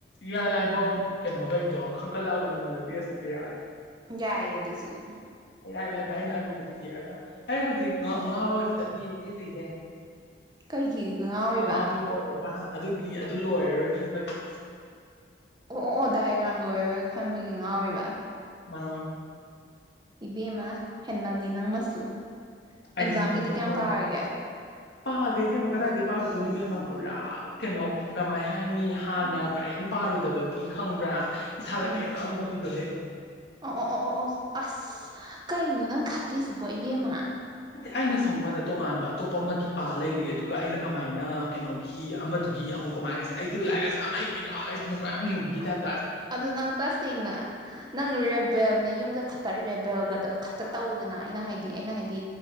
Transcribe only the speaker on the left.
ꯏꯔꯥꯏ ꯂꯥꯏꯕ ꯀꯩꯅꯣꯈꯩꯗꯣ ꯈꯟꯒꯠꯂꯛꯑꯒ ꯅꯪꯉꯣꯟꯗ ꯄꯤꯔꯛꯑꯁꯨ ꯄꯤꯔꯛꯑꯒꯦ
ꯏꯔꯥꯏ ꯂꯥꯏꯕ ꯑꯩꯅ ꯑꯔꯨꯕꯗꯨ ꯌꯦꯛꯑꯒ ꯑꯩ ꯍꯧꯖꯤꯛ ꯉꯥꯎꯔꯒ ꯆꯠꯂꯤ ꯆꯦꯜꯂꯤꯍꯦ
ꯑꯉꯥꯎꯕꯤ ꯑꯃ ꯑꯣꯏꯔꯒ ꯑꯗꯨꯒꯤ ꯑꯗꯨ ꯂꯣꯏꯔꯔꯣꯏ ꯈꯟꯕꯒꯤ
ꯃꯥ
ꯑꯩꯁꯨ
ꯍꯣꯏ
ꯄꯥꯗꯦ ꯏꯕꯦꯝꯃ ꯀꯗꯥꯢꯗꯩ ꯄꯥꯔꯨꯗꯣꯢꯅꯣ ꯏꯕꯦꯝꯃ ꯄꯨꯔꯥ ꯀꯩꯅꯣ ꯀꯃꯥꯏ ꯍꯥꯏꯅꯤ ꯍꯥꯟꯅ ꯀꯔꯤꯝ ꯄꯥꯔꯨꯗꯕꯒꯤ ꯈꯪꯕ꯭ꯔꯥ ꯏꯁꯥꯗ
ꯀꯩꯝ ꯈꯪꯗꯕꯤꯗꯣꯍꯦ
ꯑꯩꯅ ꯁꯣꯝꯀꯥꯟꯗ ꯇꯣꯉꯥꯟꯕ ꯑꯇꯣꯞꯄ ꯑꯃꯒꯤ ꯄꯥ ꯂꯩꯔꯦ ꯑꯗꯨꯒ ꯑꯩꯅ ꯀꯃꯥꯏꯅ ꯀꯩꯅꯣꯒꯤ ꯑꯃ ꯑꯗꯨꯒꯤ ꯑꯃꯨꯛ ꯀꯃꯥꯏꯅ ꯑꯩꯁꯤꯕꯨ ꯂꯥꯏꯔꯤꯛ ꯂꯥꯢꯁꯨ ꯌꯥꯝ ꯍꯕꯤꯔꯣ ꯑꯩꯁꯤꯕꯨ ꯀꯣꯛ ꯌꯥꯝ ꯂꯤꯡꯕꯤꯒꯤ ꯇꯥꯢꯞ